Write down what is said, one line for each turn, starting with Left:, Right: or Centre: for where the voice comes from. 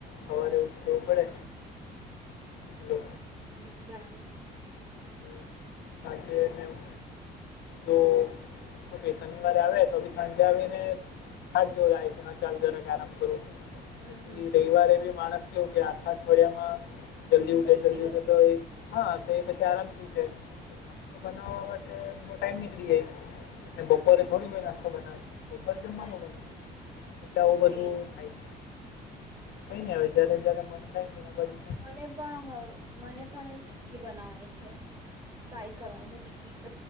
Left: સવારે ઉઠ જવું પડે હલો.
Right: હમ બરાબર.
Left: <unintelligible> સાજે એમ જો શું કે શનિવારે આવે તો બી સાંજે આવીને. થાક જોવ લાય કે ચાલ જરાક આરામ કરું પછી
Right: હમ હમ
Left: રવિવારે બી માણસ. કે આખા અઠવાડિયામાં જલ્દી ઉઠે
Right: એક
Left: જલ્દી
Right: દિવસ
Left: ઉઠે તો હા તો એ પછી આરામ શું છે તો નાસ્તો બનાવવા માટે બો ટાઈમ નીકળી જાય અને બહુ. બપોરે થોડી જોઈ નાસ્તો બનાવે બપોર જમવાનું
Right: હા એજ
Left: બનાવે એટલે આવું બધું
Right: એજ
Left: થાય છે. કઈ નઈ આવે જયારે જયારે મન થાય તના બાજુ.
Right: મને પણ હવે મને પણ એ ટિક્કી બનાવવાની છે ટ્રાય કરવાની છે ટિક્કી. પ